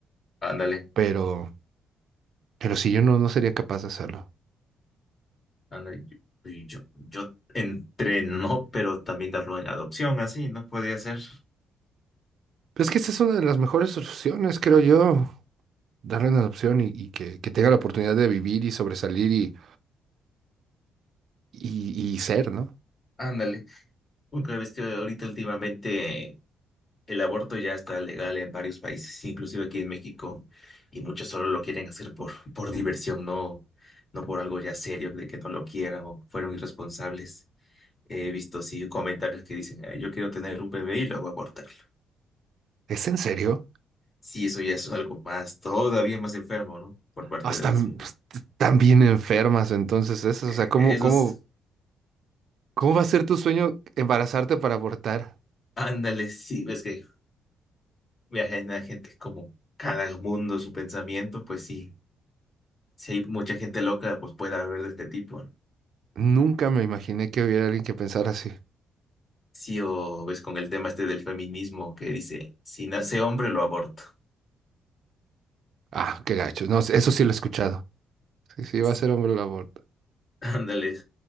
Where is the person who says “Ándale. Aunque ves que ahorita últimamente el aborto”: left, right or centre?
Left